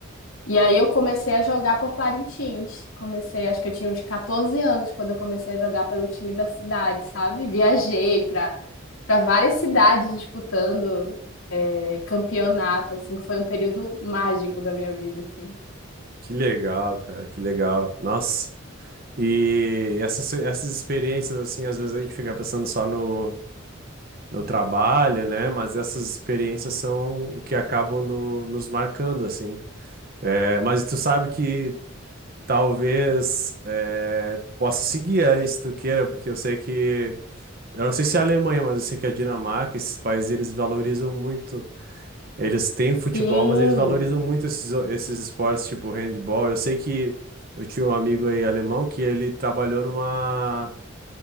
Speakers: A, on the left; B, on the right.
A: E aí eu comecei a jogar por Parintins. Comecei, acho que eu tinha uns 14 anos quando eu comecei a jogar pelo time da cidade, sabe? Viajei para para várias cidades disputando é, campeonato, assim, foi um período mágico da minha vida, assim.
B: que legal, cara, que legal. Nossa, e essas, essas experiências, assim, às vezes a gente fica pensando só no, no trabalho, né? Mas essas experiências são o que acabam no- nos marcando, assim. É, mas tu sabe que talvez é, possa seguir aí, se tu queira, porque eu sei que. Eu não sei se é a Alemanha, mas eu sei que a Dinamarca, esses países, eles valorizam muito. Eles têm futebol,
A: Sim,
B: mas eles valorizam muito esses, o- esses esportes tipo handball. Eu sei que eu tinha um amigo aí alemão que ele trabalhou numa.